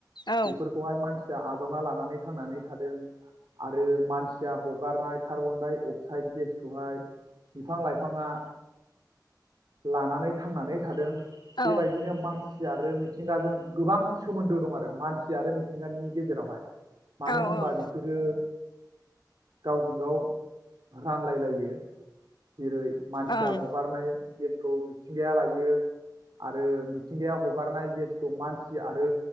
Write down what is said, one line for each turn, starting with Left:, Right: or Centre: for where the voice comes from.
Left: औ
Right: बेफोरखौहाय मानसिया बिबावना लानानै थांनानै थादों। आरो मानसिया हक बारनाय कार्बन डाइ अक्साइड गेसखौहाय बिफां लाइफाङा लानानै थांनानै थादों। बेबायदिनो
Left: औ
Right: मानसि आरो मिथिंगाजों गोबां सोमोन्दो दं आरो मानसि आरो मिथिंगानि गेजेरावहाय।
Left: ओं
Right: मानो होमबा बिसोरो गावजों गाव रानलायलायो। जेरै मानसिया
Left: ओं
Right: हगारनाय गेस खौ मिथिंगाया लायो। आरो मिथिंगाया हगारनाय गेसखौ मानसि आरो